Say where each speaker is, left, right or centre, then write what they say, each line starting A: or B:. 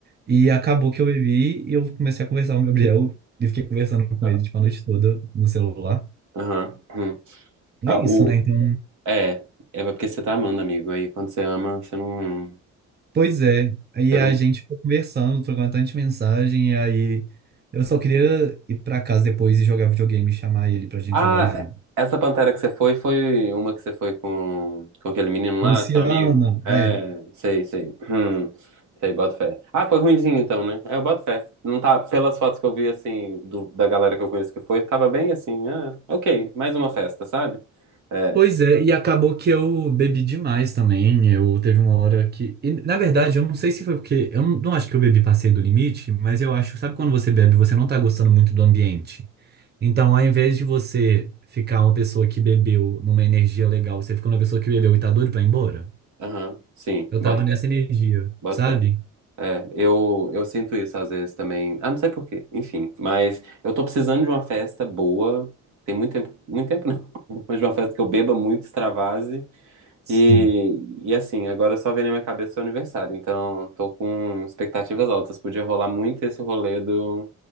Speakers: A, on the right; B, on the right.
A: E acabou que eu bebi e eu comecei a conversar com o Gabriel e fiquei conversando com
B: Vai
A: ele
B: lá.
A: tipo, a noite toda no celular.
B: Aham. Hum.
A: É
B: Ah,
A: isso,
B: o...
A: né? Então,
B: É, é porque você tá amando, amigo. Aí quando você ama, você não.
A: pois é. Aí
B: Você não.
A: a gente ficou conversando, trocando tanta mensagem, e aí eu só queria ir pra casa depois e jogar videogame, e chamar ele pra gente
B: Ah,
A: jogar junto.
B: essa Pantera que você foi, foi uma que você foi com, com aquele menino lá,
A: A Luciana,
B: seu amigo? É,
A: é.
B: sei, sei. Hum, sei, boto fé. Ah, foi ruinzinho então, né? É, eu boto fé. Não tá, pelas fotos que eu vi, assim, do- da galera que eu conheço que foi, tava bem assim, ah, ok, mais uma festa, sabe? É,
A: Pois é, e acabou que eu bebi demais também. Eu teve uma hora que. e, na verdade, eu não sei se foi porque. Eu não, não acho que eu bebi passei do limite, mas eu acho, sabe quando você bebe, e você não tá gostando muito do ambiente. Então, ao invés de você ficar uma pessoa que bebeu numa energia legal, você fica uma pessoa que bebeu e tá doido pra ir embora.
B: aham, sim,
A: Eu
B: boto
A: tava
B: fé,
A: nessa energia,
B: boto
A: sabe?
B: fé. É, eu, eu sinto isso às vezes também. Ah, não sei por quê, enfim. Mas eu tô precisando de uma festa boa. Tem muito tempo, muito tempo não, <laughs> mas de uma festa que eu beba muito, extravase.
A: Sim.
B: E, e assim, agora só vem na minha cabeça o seu aniversário, então tô com expectativas altas. Podia rolar muito esse rolê do,